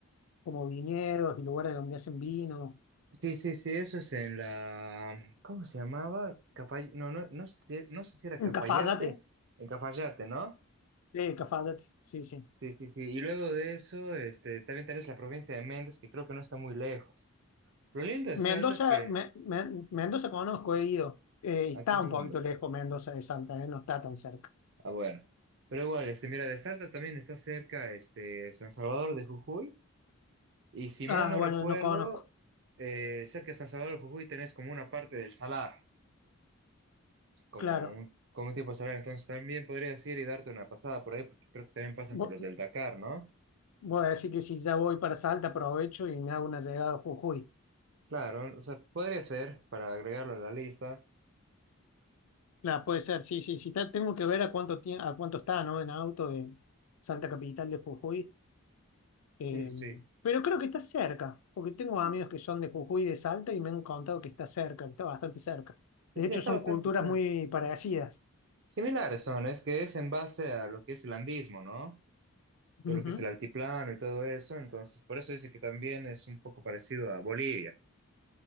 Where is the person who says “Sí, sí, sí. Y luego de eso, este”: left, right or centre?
Right